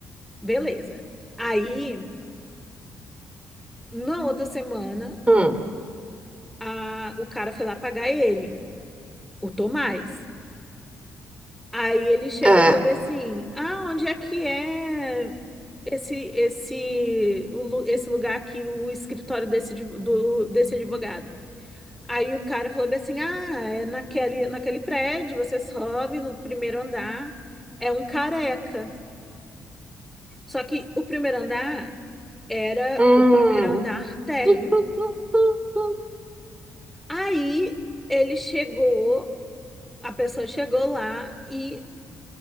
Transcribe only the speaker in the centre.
beleza. Aí, na outra semana,
a- o cara foi lá pagar ele, o Tomás. Aí ele chegou
e falou bem assim: Ah, onde é que é esse, esse, o lu- esse lugar aqui, o escritório desse, adv- do, desse advogado? Aí o cara falou bem assim: Ah, é naquele, naquele prédio, você sobe no primeiro andar, é um careca. Só que o primeiro andar era
o primeiro andar térreo.
Aí ele chegou, a pessoa chegou lá e